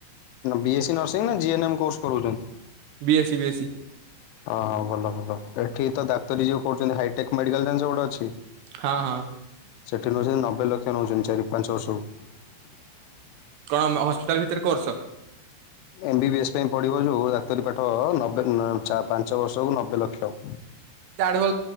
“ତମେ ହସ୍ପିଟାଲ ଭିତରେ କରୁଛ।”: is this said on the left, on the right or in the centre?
Right